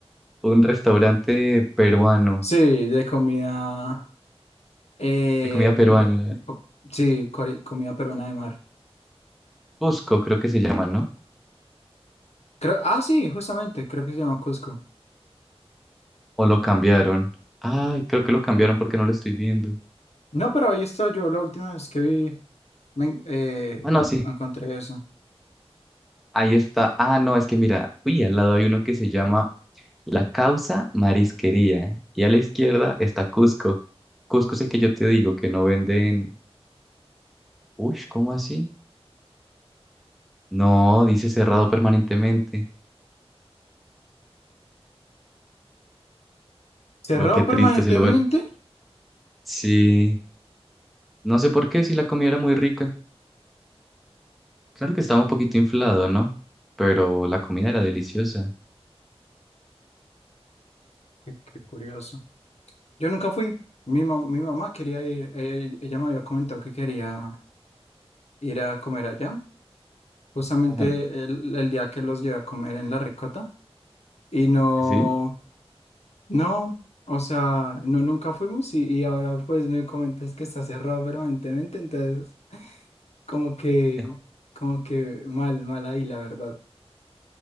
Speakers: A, in the centre; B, on the left (about 80°).
A: un restaurante peruano,
B: Sí, de comida. eh,
A: de comida peruana.
B: de- po- sí, core- comida peruana de mar.
A: Cusco, creo que se llama, ¿no?
B: Creo, ah, sí, justamente, creo que se llama Cusco.
A: O lo cambiaron. Ay, creo que lo cambiaron porque no lo estoy viendo.
B: No, pero ahí está yo la última vez que vi, me en- eh,
A: Bueno,
B: enco-
A: sí.
B: encontré eso.
A: Ahí está. Ah, no, es que mira, uy, al lado hay uno que se llama La Causa Marisquería. Y a la izquierda está Cusco. Cusco es el que yo te digo, que no venden. Uy, ¿cómo así? No, dice cerrado permanentemente.
B: ¿Cerrado
A: Oh, qué
B: permanentemente?
A: triste ese lugar. Sí. No sé por qué, si la comida era muy rica. Claro que estaba un poquito inflado, ¿no? Pero la comida era deliciosa.
B: Qué, qué curioso. Yo nunca fui. Mi, mam- mi mamá quería ir, eh, ella me había comentado que quería ir a comer allá. justamente
A: Ajá.
B: el, el día que los llevé a comer en La Ricota y no,
A: ¿Sí?
B: no, o sea, no, nunca fuimos y, y ahora pues me comentas que está cerrado permanentemente, entonces como que,
A: <laughs>
B: como que mal, mal ahí, la verdad.